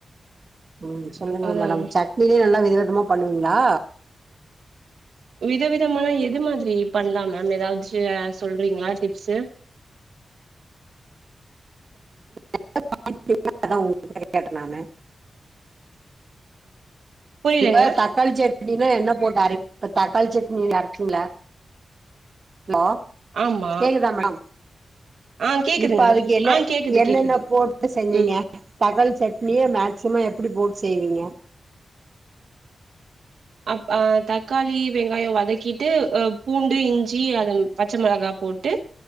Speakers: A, on the right (about 55°); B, on the right (about 85°).
A: நீங்க சொல்லுங்க
B: அதாங்க
A: மேடம் சட்னிலயும் நல்லா வை வித விதமா பண்ணுவீங்களா
B: வித விதமான எது மாதிரி பண்ணலா மேம் ஏதாவதுச்ச சொல்றீங்களா டிப்ஸு
A: <inaudible> அதா உங்க கேட்டேன் நானே
B: புரியலங்க
A: இப்ப தக்காளி செட்டின்ன என்ன போட்டு அரைப்பே இப்ப த கல் சட்னில அரைக்குங்களா ஹலோ
B: ஆமா
A: கேக்குதா மேடம்
B: ஆ கேக்குதுங்க
A: இப்ப அதுக்கு என்ன
B: ஆ கேக்குது
A: என்னென்ன
B: கேக்குது
A: போட்டு செஞ்சுங்க
B: ம்
A: தக்காளி சட்னியே மேக்சிமம் எப்படி போட்டு செய்வீங்க
B: அப்ப அ தக்காளி வெங்காய வதக்கிட்டு அ பூண்டு இஞ்சி அது பச்ச மிளகா போட்டு